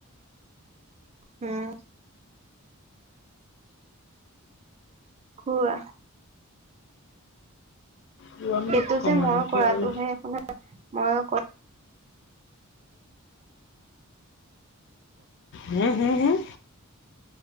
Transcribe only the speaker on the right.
উম। কোৱা
এইটো
যে মই
কৰাটোহে
শুনা, মই ক